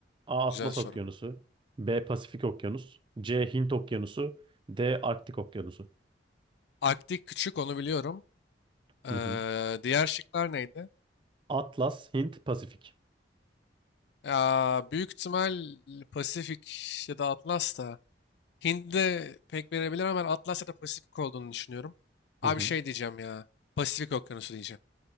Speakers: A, on the right (about 25°); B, on the left (about 65°).
A: A. Atlas
B: Güzel soru.
A: Okyanusu. B. Pasifik Okyanus. C. Hint Okyanusu. D. Arktik Okyanusu.
B: Arktik küçük onu biliyorum. Ee,
A: Hı hı.
B: diğer şıklar neydi?
A: Atlas, Hint, Pasifik.
B: Ya büyük ihtimal Pasifik ya da Atlas da Hint de pek verebilir ama ben Atlas ya da Pasifik olduğunu düşünüyorum. Abi
A: Hı hı.
B: şey diyeceğim ya. Pasifik Okyanusu diyeceğim.